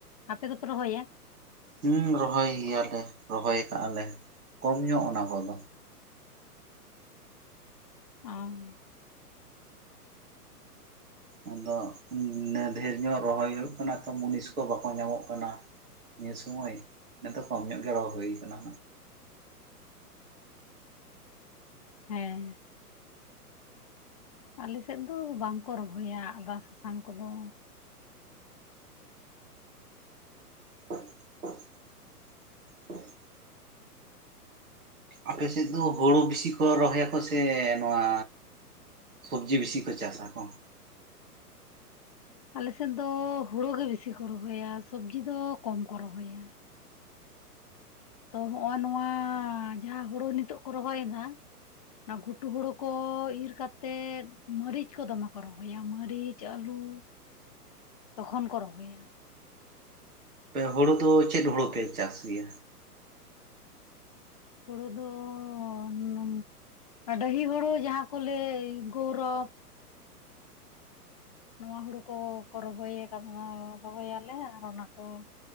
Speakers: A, on the left; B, on the right.
A: ᱟᱯᱮ ᱫᱚᱯᱮ ᱨᱚᱦᱚᱭᱟ?
B: ᱦᱩᱸ ᱨᱚᱦᱚᱭ ᱜᱮᱭᱟᱞᱮ ᱨᱚᱦᱚᱭ ᱠᱟᱜᱼᱟᱞᱮ, ᱠᱚᱢ ᱧᱚᱜ ᱚᱱᱟ ᱠᱚᱫᱚ᱾
A: ᱟᱢ,
B: ᱟᱫᱚ ᱩᱱᱟᱹᱜ ᱰᱷᱮᱨ ᱧᱚᱜ ᱨᱚᱦᱚᱭ ᱦᱩᱭᱩᱜ ᱠᱟᱱᱟ ᱛᱚ, ᱢᱩᱱᱤᱥ ᱠᱚ ᱵᱟᱠᱚ ᱧᱟᱢᱚᱜ ᱠᱟᱱᱟ᱾ ᱱᱤᱭᱟᱹ ᱥᱩᱢᱚᱭ ᱮᱛᱚ ᱠᱚᱢ ᱧᱚᱜ ᱜᱮ ᱨᱚᱦᱚ ᱦᱳᱭ ᱠᱟᱱᱟ᱾
A: ᱦᱮᱸ᱾ ᱟᱞᱮ ᱥᱮᱫ ᱫᱚ ᱵᱟᱝᱠᱚ ᱨᱚᱦᱚᱭᱟ ᱟᱫᱟ ᱥᱟᱥᱟᱝ ᱠᱚᱫᱚ᱾
B: <unintelligible> ᱟᱯᱮ ᱥᱮᱫ ᱫᱚ ᱦᱳᱲᱳ ᱵᱮᱥᱤ ᱠᱚ ᱨᱚᱦᱚᱭᱟᱠᱚ ᱥᱮ ᱱᱚᱣᱟ ᱥᱚᱵᱽᱡᱤ ᱵᱮᱥᱤ ᱠᱚ ᱪᱟᱥᱟᱠᱚ?
A: ᱟᱞᱮᱥᱮᱫ ᱫᱚ ᱦᱳᱲᱳ ᱜᱮ ᱵᱤᱥᱤ ᱠᱚ ᱨᱚᱦᱚᱭᱟ, ᱥᱚᱵᱽᱡᱤ ᱫᱚ ᱠᱚᱢ ᱠᱚ ᱨᱚᱦᱚᱭᱟ᱾ ᱛᱚ ᱦᱚᱸᱜᱼᱚ ᱱᱚᱣᱟᱻ ᱡᱟᱦᱟᱸ ᱦᱳᱲᱳ ᱱᱤᱛᱚᱜ ᱠᱚ ᱨᱚᱦᱚᱭᱱᱟ, ᱚᱱᱟ ᱜᱷᱩᱴᱩ ᱦᱳᱲᱳ ᱠᱚ ᱤᱨ ᱠᱟᱛᱮᱫ ᱢᱟᱹᱨᱤᱪ ᱠᱚ ᱫᱚᱢᱮ ᱠᱚ ᱨᱚᱦᱚᱭᱟ ᱢᱟᱹᱨᱤᱪ, ᱟᱹᱞᱩ ᱛᱚᱠᱷᱚᱱ ᱠᱚ ᱨᱚᱦᱚᱭᱟ᱾
B: ᱯᱮ ᱦᱳᱲᱳ ᱫᱚ ᱪᱮᱫ ᱦᱳᱲᱳ ᱯᱮ ᱪᱟᱥ ᱜᱮᱭᱟ?
A: ᱦᱳᱲᱳ ᱫᱚᱻ ᱱᱚᱝ ᱰᱟᱺᱦᱤ ᱦᱳᱲᱳ ᱡᱟᱦᱟᱸ ᱠᱚ ᱞᱟᱹᱭ ᱜᱚᱣᱨᱚᱵᱽ᱾ ᱱᱚᱣᱟ ᱦᱳᱲᱳ ᱠᱚ ᱠᱚ ᱨᱚᱦᱚᱭᱮ ᱠᱟᱫ ᱱᱚᱣᱟ ᱨᱚᱦᱚᱭ ᱟᱞᱮ ᱟᱨ ᱚᱱᱟ ᱠᱚ